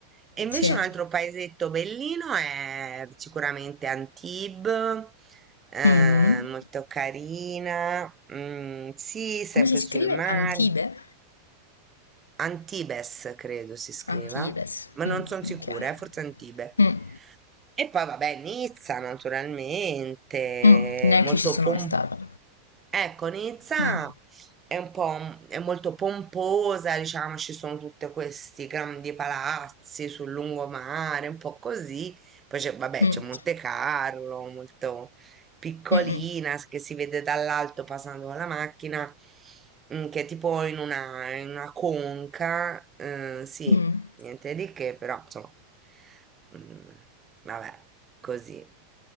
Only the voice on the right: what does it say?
E invece
un altro paesetto bellino è sicuramente Antibes, eh,
molto carina, mm, sì, sempre
sul mare.
Antibes, credo si scriva,
ma non
sono sicura,
eh, forse Antibes.
E poi, vabbè, Nizza, naturalmente,
molto
pomposa.
Ecco, Nizza
è un po', m- è molto pomposa, diciamo, ci sono tutti questi grandi palazzi sul lungomare, un po' così. Poi c'è, vabbè,
c'è Monte Carlo, molto piccolina,
s- che si vede dall'alto passando con la macchina, mm, che è tipo in una, in una conca, eh, sì,
niente di che, però, insomma, mm, vabbè, così.